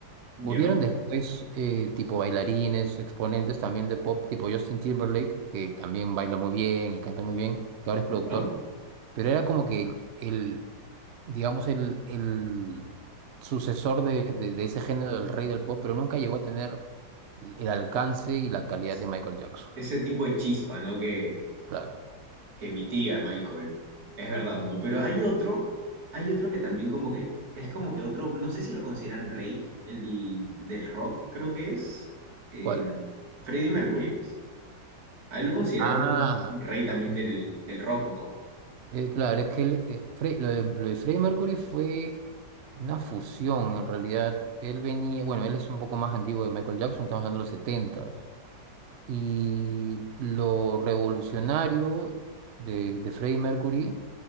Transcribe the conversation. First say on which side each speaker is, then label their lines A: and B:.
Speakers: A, on the right; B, on the right.
A: ¿Ya?
B: Hubieron después eh, tipo bailarines, exponentes también de pop, tipo Justin Timberlake, que también baila muy bien y canta muy bien, que ahora es productor,
A: ¿Ya?
B: pero era como que el, el, digamos, el, el sucesor de, de- de ese género del rey del pop, pero nunca llegó a tener el alcance y la calidad
A: Es-
B: de Michael Jackson.
A: ese tipo de chispa, ¿no? Que,
B: Claro.
A: que emitía Michael, es verdad, ¿no? Pero hay otro, hay otro que también como que, es como que otro, no sé si lo consideran rey, el del rock creo que es, em,
B: ¿Cuál?
A: Freddie Mercury, pues. A él lo consideraron
B: Ah,
A: un un rey
B: no,
A: también
B: sí.
A: del, del rock, ¿no?
B: Eh, claro, es que él, eh, Fre- lo de, lo de Freddie Mercury fue una fusión, en realidad. Él venía, bueno, él es un poco más antiguo de Michael Jackson, estamos hablando de los 70 Y lo revolucionario de, de Freddie Mercury